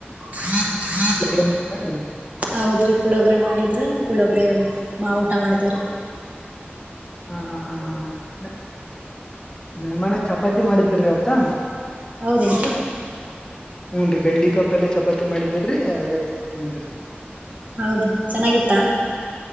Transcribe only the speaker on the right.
ಹ <unintelligible>
ಹೌದ್ರಿ ಪುಳೋಗ್ರೆ ಮಾಡಿದ- ್ರ ಪುಳೋಗ್ರೆ ಮಾ ಊಟ ಮಾಡಿದೇವ್ರ <unintelligible>
ಹೌದೇನ್ರಿ
ಹೌದೇನಚೆನ್ನಾಗಿತ್ತಾ.